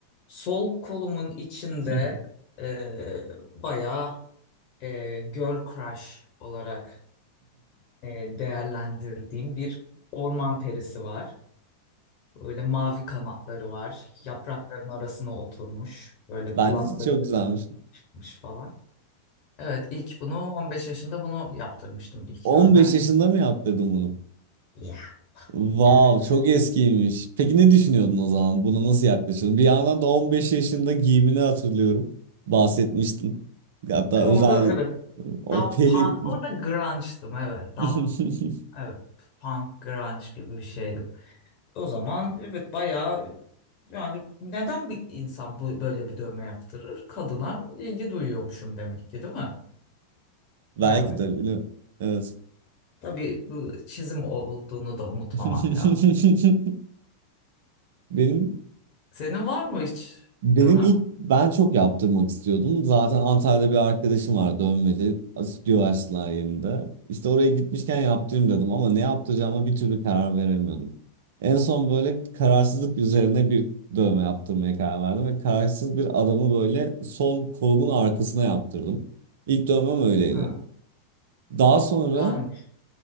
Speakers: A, on the left; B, on the right.
A: Sol kolumun içinde
B: <laughs>
A: e, bayağı e, girl crush olarak e, değerlendirdiğim bir orman perisi var. Böyle mavi kanatları var. Yaprakların arasına oturmuş. Böyle
B: Bence
A: kulakları
B: çok güzelmiş.
A: varmış falan. Evet ilk bunu 15 yaşında bunu yaptırmıştım ilk
B: 15
A: dövme.
B: yaşında mı yaptırdın bunu?
A: Yeah.
B: Wow,
A: Evet.
B: çok eskiymiş. Peki ne düşünüyordun o zaman? Buna nasıl yaklaşıyordun? Bir yandan da 15 yaşında giyimini hatırlıyorum. Bahsetmiştin. Hatta
A: Orada
B: özel
A: evet.
B: o
A: Daha
B: peri
A: punk, orada grunge'dım evet. Daha
B: <laughs>
A: evet punk grunge gibi bir şeydim. O zaman evet bayağı yani neden bir insan bu böyle bir dövme yaptırır? Kadına ilgi duyuyormuşum demek ki değil mi?
B: belki
A: Yani
B: de bilmiyorum. Evet.
A: tabii bu çizim olduğunu da unutmamak
B: <laughs>
A: lazım.
B: Benim
A: Senin var mı hiç
B: Benim
A: dövmen?
B: ilk ben çok yaptırmak istiyordum. Zaten Antalya'da bir arkadaşım var dövmeci. Stüdyo açtılar yerinde. İşte oraya gitmişken yaptırayım dedim ama ne yaptıracağıma bir türlü karar veremiyordum. En son böyle kararsızlık üzerine bir dövme yaptırmaya karar verdim ve kararsız bir adamı böyle sol kolumun arkasına yaptırdım. İlk dövmem öyleydi.
A: Hı,
B: Daha sonra
A: güzelmiş.